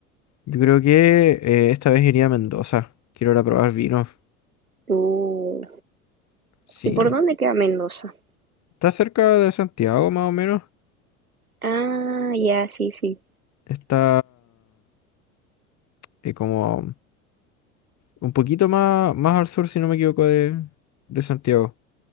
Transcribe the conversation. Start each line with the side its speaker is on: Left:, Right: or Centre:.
Left: Yo creo que eh, esta vez iría a Mendoza. Quiero ir a probar vinos.
Right: Uh,
Left: Sí.
Right: ¿y por dónde queda Mendoza?
Left: Está cerca de Santiago, más o menos.
Right: Ah, ya, sí, sí.
Left: Está eh, como un poquito más, más al sur, si no me equivoco, de, de Santiago.